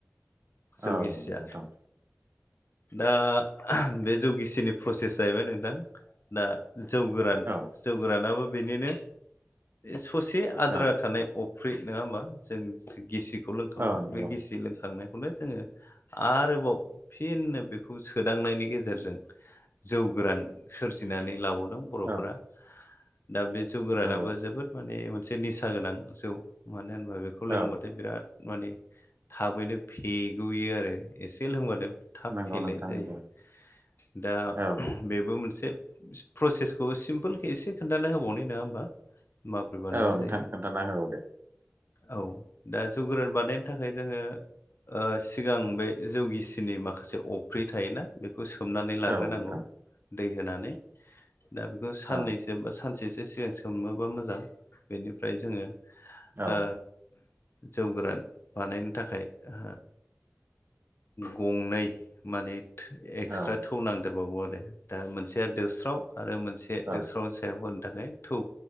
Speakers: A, on the left; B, on the right.
A: जौ
B: औ
A: गिसिया
B: नोंथां।
A: दा बे जौ गिसिनि प्रसेस जाहैबाय नोंथां दा जौ गोरान
B: औ
A: जौ गोरानाबो बेनिनो ससे आद्रा
B: औ
A: थानाय फ्रि नंङा होमबा जों गिसिखौ लोंखांबाय
B: औ नंगौ
A: बे गिसि थांनायखौनो जोङो आरोबाव फिनो बेखौ सोदांनायनि गेजेरजों जौ गोरान सोरजिनानै लाबावदों बर'फोरा
B: औ
A: दा बे जौ गोरानाबो
B: नंगौ
A: जोबोद माने मोन मोनसे निसा गोनां जौ मानो होनबा बेखौ लोंङबाथाय
B: औ
A: बिराद माने थाबैनो फेग'यो आरो एसे लोंबानो थाब
B: नंगौ
A: फैेलाय
B: नोंथां
A: जायो
B: नंगौ
A: दा
B: औ
A: बेबो मोनसे प्रसेसखौ सिम्पोल एसे खोन्था होबावनाय नंङा होमबा। माबोरै बानायनाय
B: औ नोंथां
A: जायो
B: खोन्थाना हौ दे।
A: औ दा जौ गोरान बानायनो थाखाय जोंङो ओ सिगां बे जौगिसिनि माखासे अफ्रि थायोना बेखौ सोमनानै लाग्रोनांगौ
B: औ नोंथां
A: दै होनानै दा बेखौ साननैसो
B: औ
A: बा सानसेसो एसे सिगां सोमोबा मोजां बेनिफ्राय जोङो
B: औ
A: ओ जौ गोरान बानायनो थाखाय ओ गंनै माने एक्सट्रा
B: औ
A: थौ नांदेरबावगौ आरो दा मोनसेया दोस्राव आरो मोनसे
B: औ
A: दोस्रावनि सायाव होनो थाखाय थौ